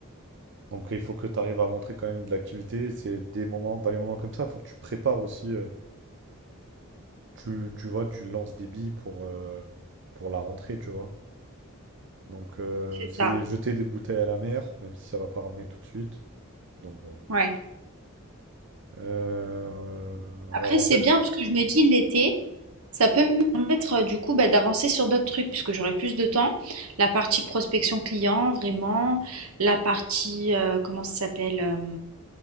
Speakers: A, on the right; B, on the right.
A: Donc il faut que tu arrives à montrer quand même de l'activité. C'est des moments, dans les moments comme ça, il faut que tu prépares aussi. euh, tu, tu vois, tu lances des billes pour, euh, pour la rentrée, tu vois. Donc euh,
B: C'est
A: c'est
B: ça,
A: jeter des bouteilles à la mer, même si ça va pas ramener tout de suite. Donc bon.
B: ouais.
A: Euh,
B: Après,
A: alors en
B: c'est
A: fait.
B: bien parce que je me dis l'été, ça peut me permettre euh, du coup bah, d'avancer sur d'autres trucs puisque j'aurai plus de temps. La partie prospection client, vraiment, la partie, euh, comment ça s'appelle, euh,